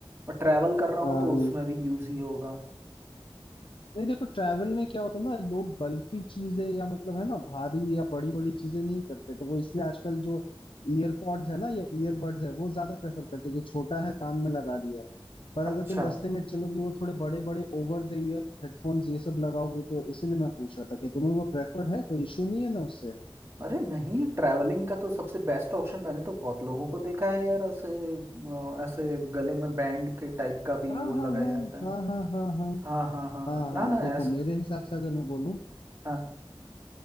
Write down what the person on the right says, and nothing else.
और ट्रैवल कर रहा हूँ
तो
उसमें भी यूज ही होगा
अच्छा
अरे नहीं ट्रैवलिंग का तो सबसे बेस्ट ऑप्शन मैंने तो बहुत लोगों को देखा है यार ऐसे अ, ऐसे गले में बैंड के टाइप का भी
वो लगाए
रहता
है
हाँ हाँ हाँ हाँ
ना ना
ऐसा
हाँ